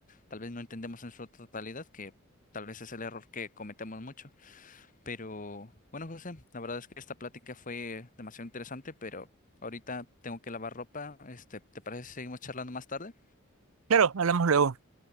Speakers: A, on the left (about 40°); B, on the right (about 75°).
A: tal vez no entendemos en su totalidad, que tal vez es el error que cometemos mucho. Pero bueno, José, la verdad es que esta plática fue demasiado interesante, pero ahorita tengo que lavar ropa. Este, ¿te parece si seguimos charlando más tarde?
B: Claro, hablamos luego.